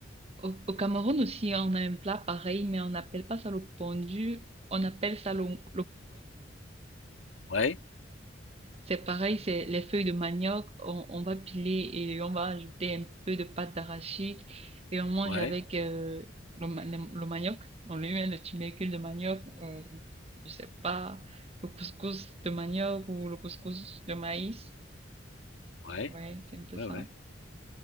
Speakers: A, on the right (about 35°); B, on the left (about 80°).
A: Au, au Cameroun aussi, on a un plat pareil, mais on n'appelle pas ça le pondu. On appelle ça l'on-
B: Ouais,
A: C'est pareil, c'est les feuilles de manioc, on, on va piler et on va ajouter un peu de pâte d'arachide et on mange
B: ouais,
A: avec euh, le, ma- le, le manioc. On lui met le tubercule de manioc, on, je sais pas, le couscous de manioc ou le couscous de maïs.
B: ouais,
A: Ouais, c'est un peu
B: ouais,
A: ça.
B: ouais.